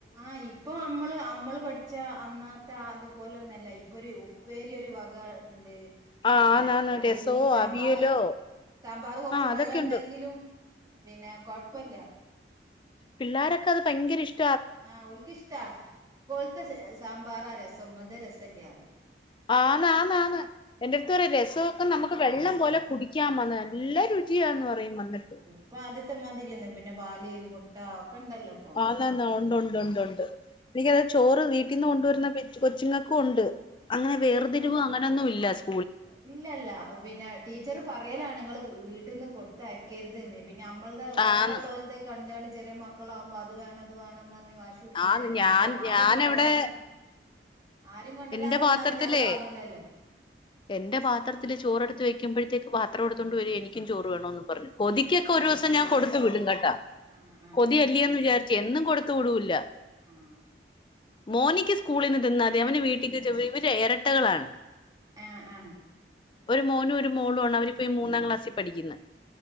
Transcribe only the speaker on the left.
ആ
ആന്നാന്ന്
രസവോ
അവിയലോ
ആ അതൊക്കെ
ഉണ്ട്
പിള്ളാരൊക്കത് ഭങ്കര ഇഷ്-
ആന്ന് ആന്ന് ആന്ന് എന്റെർത്ത് പറയും രസൊക്കെ നമക്ക്
വെള്ളം പോലെ കുടിക്കാമ്മന്ന്. നല്ല രുജിയാന്ന്
പറയും വന്നിട്ട്.
ന്നെന്നാ ഉണ്ട്ണ്ട് ഉണ്ട് ഉണ്ട് എനിക്കത ചോറ് വീട്ടിന്ന് കൊണ്ടുവരുന്ന പിച് കൊച്ചുങ്ങക്കും ഉണ്ട്. അങ്ങനെ വേർതിരിവ് അങ്ങനൊന്നും ഇല്ല സ് -
ആന്ന്
ആ ഞാൻ
ഞാനവിടെ
എന്റെ പാത്രത്തിലേ
എന്റെ പാത്രത്തില് ചോറെടുത്ത് വെക്കുബെഴ്‌ത്തേക്ക് പാത്രം എടുത്തൊണ്ട് വെരെ എനി- ക്കും ചോറ് വേണോന്നും പറഞ് കൊതികെക്കെ ഒരൂസം ഞാൻ കൊടുത്ത് വിടും കെട്ടാ.
കൊതിയല്ലേന്ന് വിചാരിച്ചെ എന്നും കൊടുത്തു വിടൂല്ല.
മോനിക്ക് സ്കൂളിന്ന് തിന്നാതി അവന് വീട്ടിക്ക് ചൊവ്വേ ഇവരെ എരട്ടകളാണ്.
ഒരു മോനും ഒരു മോളും ആണ് അവരിപ്പോ ഈ മൂന്നാം ക്ലാസ്സി പഠിക്കിന്ന്